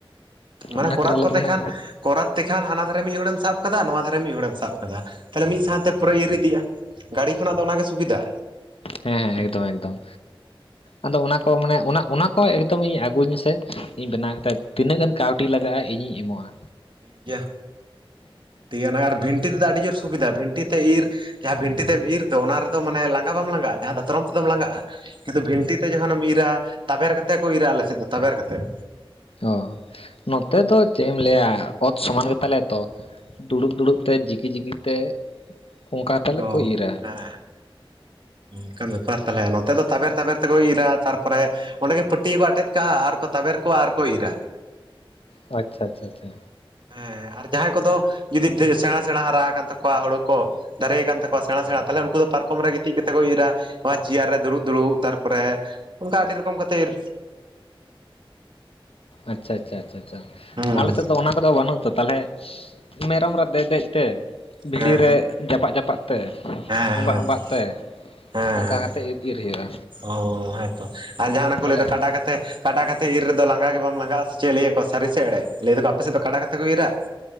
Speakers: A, on the right; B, on the left.
A: ᱢᱟᱱᱮ
B: ᱚᱱᱟ ᱠᱷᱟᱹᱛᱤᱨ
A: ᱠᱚᱨᱟᱫ
B: ᱟᱞᱮ
A: ᱠᱚᱛᱮ
B: ᱫᱚ ᱦᱟᱱᱮ
A: ᱠᱷᱟᱱ ᱠᱚᱨᱟᱛ ᱛᱮᱠᱷᱟᱱ ᱦᱟᱱᱟ ᱫᱷᱟᱨᱮ ᱢᱤᱫ ᱦᱚᱲ ᱮᱢ ᱥᱟᱵ ᱠᱟᱫᱟ ᱱᱚᱣᱟ ᱫᱷᱟᱨᱮ ᱢᱤᱫ ᱦᱚᱲ ᱮᱢ ᱥᱟᱵ ᱠᱟᱫᱟ ᱛᱟᱦᱚᱞᱮ ᱢᱤᱫ ᱥᱟᱶ ᱛᱮ ᱯᱩᱨᱟᱹ ᱤᱨ ᱤᱫᱤᱜ-ᱟ᱾ ᱜᱟᱰᱤ ᱠᱷᱚᱱᱟᱜ ᱫᱚ ᱚᱱᱟ ᱜᱮ ᱥᱩᱵᱤᱫᱷᱟ
B: ᱦᱮᱸ ᱦᱮᱸ ᱮᱠᱫᱚᱢ ᱮᱠᱫᱚᱢ ᱟᱫᱚ ᱚᱱᱟ ᱠᱚ ᱢᱟᱱᱮ ᱚᱱᱟ ᱚᱱᱟ ᱠᱚ ᱮᱠᱫᱚᱢ ᱤᱧ ᱟᱜᱩᱧ ᱢᱮᱥᱮ ᱤᱧ ᱵᱮᱱᱟᱣ ᱠᱟᱛᱮᱫ ᱛᱤᱱᱟᱹᱜ ᱜᱟᱱ ᱠᱟᱣᱰᱤ ᱞᱟᱜᱟᱜ-ᱟ ᱤᱧᱤᱧ ᱮᱢᱚᱜ-ᱟ᱾
A: ᱴᱷᱤᱠ ᱜᱮᱭᱟ ᱛᱤᱜᱟᱱᱟᱭ ᱟᱨ ᱵᱷᱤᱱᱴᱤ ᱛᱮᱫᱚ ᱟᱹᱰᱤ ᱡᱳᱨ ᱥᱩᱵᱤᱫᱷᱟ ᱵᱷᱤᱱᱴᱤ ᱛᱮ ᱤᱨ ᱡᱟᱦᱟᱸ ᱵᱷᱤᱱᱴᱤ ᱛᱮᱢ ᱤᱨ ᱫᱚ ᱚᱱᱟ ᱨᱮᱫᱚ ᱢᱟᱱᱮ ᱞᱟᱸᱜᱟ ᱵᱟᱢ ᱞᱟᱸᱜᱟᱜ-ᱟ, ᱡᱟᱦᱟᱸ ᱫᱟᱛᱨᱚᱢ ᱛᱮᱫᱚᱢ ᱞᱟᱸᱜᱟᱜ-ᱟ᱾ ᱠᱤᱱᱛᱩ ᱵᱷᱤᱱᱴᱤ ᱛᱮ ᱡᱚᱠᱷᱚᱱ ᱮᱢ ᱤᱨᱟ ᱛᱟᱵᱮᱨ ᱠᱟᱛᱮᱫ ᱠᱚ ᱤᱨᱟ ᱟᱞᱮ ᱥᱮᱫ ᱫᱚ ᱛᱟᱵᱮᱨ ᱠᱟᱛᱮᱫ
B: ᱚ ᱱᱚᱛᱮ ᱫᱚ ᱪᱮᱫ ᱮᱢ ᱞᱟᱹᱭᱟ ᱚᱛ ᱥᱚᱢᱟᱱ ᱜᱮᱛ ᱛᱟᱞᱮ ᱛᱚ ᱫᱩᱲᱩᱵ ᱫᱩᱲᱩᱵ ᱛᱮ ᱡᱤᱠᱤ ᱡᱤᱠᱤ ᱛᱮ ᱚᱱᱠᱟ ᱛᱮᱞᱮ
A: ᱚ
B: ᱠᱚ ᱤᱨᱟ
A: ᱦᱮᱸ ᱚᱱᱠᱟᱱ ᱵᱮᱯᱟᱨ ᱛᱟᱦᱚᱞᱮ ᱱᱚᱛᱮ ᱫᱚ ᱛᱟᱵᱮᱨ ᱛᱟᱵᱮᱨ ᱛᱮᱠᱚ ᱤᱨᱟ ᱛᱟᱨᱯᱚᱨᱮ ᱚᱸᱰᱮ ᱜᱮ ᱯᱟᱹᱴᱭᱟᱹ ᱠᱚ ᱟᱴᱮᱫ ᱠᱟᱜ-ᱟ ᱟᱨ ᱠᱚ ᱛᱟᱵᱮᱨ ᱠᱚᱜ-ᱟ ᱟᱨᱠᱚ ᱤᱨᱟ
B: ᱳ ᱟᱪᱪᱷᱟ ᱟᱪᱪᱷᱟ ᱟᱪᱪᱷᱟ
A: ᱦᱮᱸ ᱟᱨ ᱡᱟᱦᱟᱸᱭ ᱠᱚᱫᱚ ᱡᱩᱫᱤ ᱫᱷᱤᱨ ᱥᱮᱬᱟ ᱥᱮᱬᱟ ᱦᱟᱨᱟ ᱟᱠᱟᱱ ᱛᱟᱠᱚᱣᱟ ᱦᱩᱲᱩ ᱠᱚ ᱫᱟᱨᱮᱭ ᱠᱟᱱ ᱛᱟᱠᱚᱣᱟ ᱥᱮᱬᱟ ᱥᱮᱬᱟ ᱛᱟᱦᱚᱞᱮ ᱩᱱᱠᱩ ᱫᱚ ᱯᱟᱨᱠᱚᱢ ᱨᱮ ᱜᱤᱛᱤᱡ ᱠᱟᱛᱮᱫ ᱠᱚ ᱤᱨᱟ᱾ ᱵᱟᱝ ᱪᱮᱭᱟᱨ ᱨᱮ ᱫᱩᱲᱩᱵ ᱫᱩᱲᱩᱵ ᱛᱟᱨᱯᱚᱨᱮ ᱚᱱᱠᱟ ᱟᱹᱰᱤ ᱨᱚᱠᱚᱢ ᱠᱟᱛᱮᱫ ᱤᱨ
B: ᱟᱪᱪᱷᱟ ᱟᱪᱪᱷᱟ ᱟᱪᱪᱷᱟ ᱪᱷᱟ
A: ᱦᱩᱸ
B: ᱟᱞᱮ ᱥᱮᱫ ᱫᱚ ᱚᱱᱟ ᱠᱚᱫᱚ ᱵᱟᱹᱱᱩᱜ ᱛᱚ ᱛᱟᱞᱦᱮ ᱢᱮᱨᱚᱢ ᱨᱮ ᱫᱮᱡ ᱫᱮᱡ ᱛᱮ ᱵᱷᱤᱲᱤ
A: ᱦᱮᱸ
B: ᱨᱮ ᱡᱟᱯᱟᱜ ᱡᱟᱯᱟᱜ ᱛᱮ
A: ᱦᱮᱸ ᱦᱮᱸ
B: ᱚᱵᱟᱜ ᱚᱵᱟᱜ
A: ᱛᱚ
B: ᱛᱮ
A: ᱦᱮᱸ
B: ᱚᱱᱠᱟ
A: ᱦᱮᱸ
B: ᱠᱟᱛᱮᱫ ᱤᱨ ᱤᱨ ᱦᱩᱭᱩᱜᱼᱟ
A: ᱚ ᱦᱮᱸ ᱛᱚ ᱟᱨ ᱡᱟᱦᱟᱸ ᱚᱱᱮ ᱠᱚ
B: ᱛᱟᱦᱚᱞᱮ
A: ᱞᱟᱹᱭ ᱫᱟ ᱠᱟᱰᱟ ᱠᱟᱛ ᱛᱮ ᱠᱟᱰᱟ ᱠᱟᱛᱮᱫ ᱤᱨ ᱨᱮᱫᱚ ᱞᱟᱸᱜᱟ ᱜᱮ ᱵᱟᱢ ᱞᱟᱸᱜᱟᱜ-ᱟ ᱥᱮ ᱪᱮᱫ ᱞᱟᱹᱭ ᱟᱠᱚ ᱥᱟᱹᱨᱤ ᱥᱮ ᱮᱲᱮ ᱞᱟᱹᱭ ᱫᱟᱠᱚ ᱟᱯᱮ ᱥᱮᱫ ᱫᱚ ᱠᱟᱰᱟ ᱠᱟᱛᱮ ᱠᱚ ᱤᱨᱟ